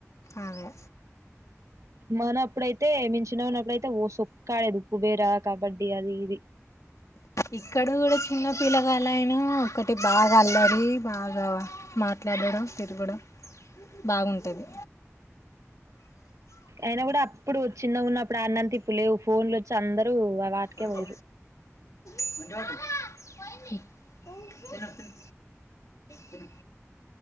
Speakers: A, on the left (about 85°); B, on the right (about 85°).
A: అదే
B: మన అప్పుడైతే నేను చిన్న ఉన్నప్పుడు అయితే ఓ సొక్క ఆడేది ఉప్పుబేర కబడ్డీ అది ఇది
A: ఇక్కడ కూడా చిన్న పిల్లకలయిన ఒకక్కటి బాగా అల్లరి బాగా మ మాట్లా అడడం తిరగడం బాగుంటుంది
B: అయిన కూడా అప్పుడు చిన్నగా ఉన్నప్పుడు అన్నంత ఇప్పుడు లేవు ఫోన్లు వచ్చి అందరూ ఆ వాటికే
A: పట్టుకో
B: పోయరు <unintelligible>
A: <inaudible> తిను తిను తిను